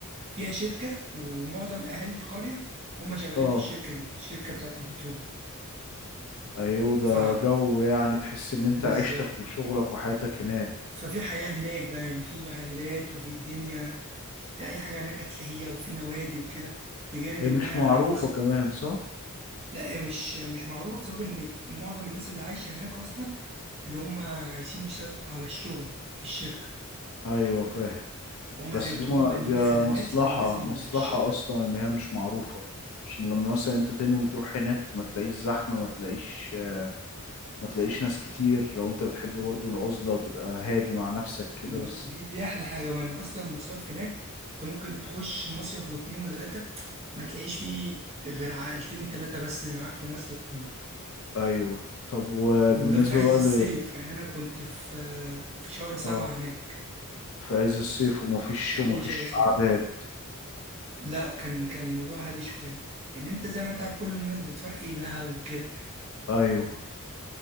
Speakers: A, on the right; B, on the left.
A: فيها شركه ومعظم اهالي القريه هم شغالين
B: اه
A: في الشركه دي الشركه بتاعت البترول
B: ايوه ده
A: ف
B: جو يعني تحس ان انت
A: بالظبط
B: عيشتك وشغلك وحياتك هناك
A: ففي حياة هناك بقى يعني في محلات وفي الدنيا انت اي حاجة هناك هتلاقيها وفي نوادي وكده بجانب
B: هي
A: انها
B: مش معروفة
A: مصيف
B: كمان صح
A: لا هي مش مش معروفة بسبب ان معظم الناس اللي عايشة هناك اصلا اللي هم عايشين بسبب على الشغل في الشركة
B: ايوه فاهم
A: فهم
B: بس
A: زي ما
B: دي
A: تقول
B: ما
A: بانيين
B: دي
A: خدمات
B: مصلحة
A: للناس اللي
B: مصلحة
A: في الشركة
B: اصلا ان هي مش معروفة عشان لما مثلا انت تنوي تروح هناك ما تلاقيش زحمة ما تلاقيش ما تلاقيش ناس كتير لو انت بتحب برضو العزلة وتبقى هادي مع نفسك كده
A: ب-
B: بس
A: دي دي احلى حاجة بقى ان اصلا المصايف هناك انت ممكن تخش مصيف واتنين وتلاتة ما تلاقيش فيه غير عائلتين تلاتة بس اللي معاك في المصيف كله
B: ايوه طب وبالنسبة
A: وده في عز
B: بقى
A: الصيف
B: ل
A: يعني أنا كنت في في شهر سبعة
B: اه
A: هناك
B: في عز الصيف ومفيش
A: في
B: ومفيش
A: أول شهر سبعة
B: اعداد
A: لا كان كان الموضوع هادي شوية لأن أنت زي ما أنت عارف كل الناس بتروح إيه دهب وكده
B: ايوه